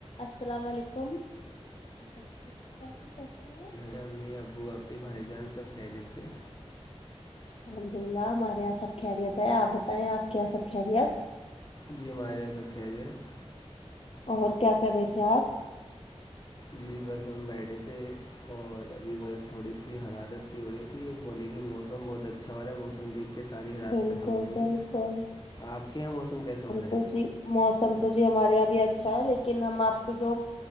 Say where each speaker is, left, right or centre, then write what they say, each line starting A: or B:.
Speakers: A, on the left; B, on the left.
A: السلام علیکم جی وعلیکم السلام کیسے ہو آپ
B: امی ابو آپ کے بھائی جان سب خیریت سے ہیں
A: الحمد للہ ہمارے یہاں سب خیریت ہے آپ بتائیں آپ کے یہاں سب خیریت
B: جی ہمارے یہاں سب خیریت
A: اور کیا کر رہے تھے آپ
B: جی بس ہم بیٹھے تھے اور ابھی بس تھوڑی سی حرارت سی ہو رہی تھی لیکن موسم بہت اچھا والا ہے موسم دیکھ کے ساری رات
A: بالکل
B: ختم ہو گئی
A: بالکل
B: آپ کے یہاں موسم کیسا ہو رہا ہے
A: تو جی موسم تو جی ہمارے یہاں بھی اچھا ہے لیکن ہم آپ سے جو